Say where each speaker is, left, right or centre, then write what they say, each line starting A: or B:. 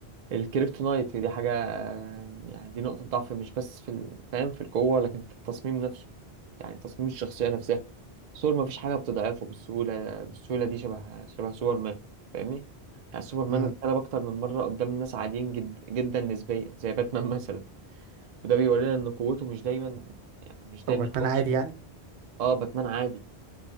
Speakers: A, on the right; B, on the right.
A: الكريبتونايت دي حاجة آه، يعني دي نقطة ضعف مش بس في ال- فاهم في القوة لكن في التصميم نفسه يعني تصميم الشخصية نفسها سور ما فيش حاجة بتضعفه بالسهولة بالسهولة دي شبه شبه سوبرمان فاهمني يعني سوبرمان
B: امم
A: اتقلب أكتر من مرة قدام ناس عاديين جد جدا نسبيا زي باتمان <laughs> مثلا وده بيورينا إن قوته مش دايما يعني مش دايما
B: هو باتمان
A: أوبشن
B: عادي يعني
A: اه باتمان عادي